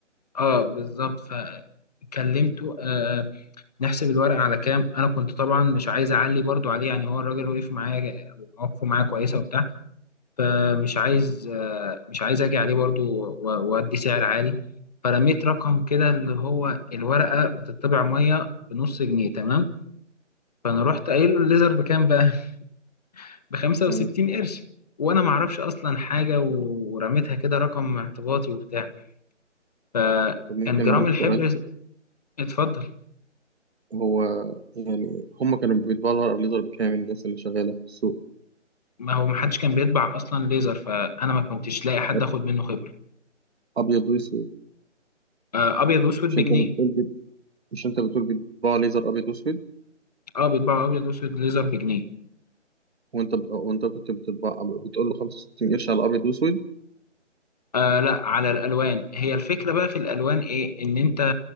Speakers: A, on the left; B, on the right.
A: آه، بالظبط فكلمته آه آه، نحسب الورقة على كام أنا كنت طبعا مش عايز أعلي برضو عليه يعني هو الراجل وقف معايا ومواقفه معايا كويسة وبتاع فمش عايز آه، مش عايز اجي عليه برضو و- وادي سعر عالي فرميت رقم كده اللي هو الورقه بتطبع ميه بنص جنيه تمام فانا رحت قايل له الليزر بكام بقى <laughs> ب 65
B: مم.
A: قرش وانا ما اعرفش اصلا حاجه و- ورميتها كده رقم اعتباطي وبتاع فكان
B: طب ممكن
A: جرام
B: معاك
A: الحبر
B: سؤال
A: اتفضل
B: هو يعني هم كانوا بيطبعوا الورقة بليزر بكام الناس اللي شغالة في السوق
A: ما هو ما حدش كان بيطبع اصلا ليزر فانا ما كنتش لاقي حد
B: أب-
A: اخد منه خبره
B: أبيض وأسود
A: آه، ابيض واسود
B: مش
A: بجنيه
B: أنت بتقول بت... مش أنت بتقول بيطبعوا ليزر أبيض وأسود
A: اه بيطبعوا ابيض واسود ليزر بجنيه
B: وأنت ب... وأنت كنت بتطبع بتقول له 65 قرش على أبيض وأسود
A: آه لا على الالوان هي الفكره بقى في الالوان ايه ان انت